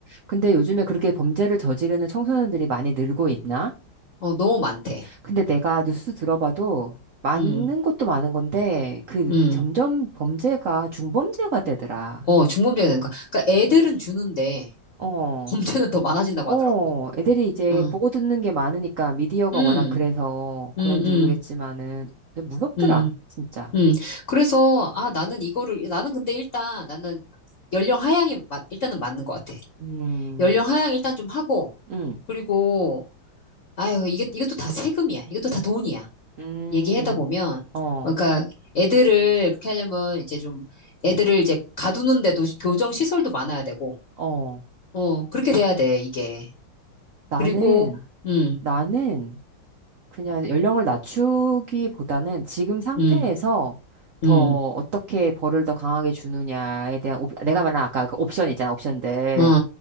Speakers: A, on the right; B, on the left.
A: 근데 요즘에 그렇게 범죄를 저지르는 청소년들이 많이 늘고 있나?
B: 어, 너무 많대.
A: 근데 내가 뉴스 들어봐도 많은
B: 음,
A: 것도 많은 건데 그
B: 음.
A: 점점 범죄가 중범죄가 되더라.
B: 어, 중범죄가 되니까. 그러니까 애들은 주는데
A: 어.
B: 범죄는 더 많아진다고
A: 어,
B: 하더라고.
A: 애들이 이제
B: 어.
A: 보고 듣는 게 많으니까 미디어가
B: 음,
A: 워낙 그래서
B: 음,
A: 그런지
B: 음,
A: 모르겠지만은 좀 무섭더라,
B: 음.
A: 진짜.
B: 음, 그래서, 아, 나는 이거를, 나는 근데 일단, 나는 연령 하향이, 맞- 일단은 맞는 것 같아.
A: 음,
B: 연령 하향 일단 좀 하고,
A: 음,
B: 그리고, 아유, 이게, 이것도 다 세금이야. 이것도 다 돈이야.
A: 음,
B: 얘기하다 보면,
A: 어,
B: 그러니까 애들을 그렇게 하려면 이제 좀, 애들을 이제 가두는데도 교정 시설도 많아야 되고,
A: 어.
B: 어, 그렇게 돼야 돼, 이게.
A: 나는,
B: 그리고, 음,
A: 나는 그냥 연령을 낮추기보다는 지금 상태에서
B: 음,
A: 더
B: 음,
A: 어떻게 벌을 더 강하게 주느냐에 대한 옵- 내가 말한 아까 그 옵션 있잖아, 옵션들.
B: 어,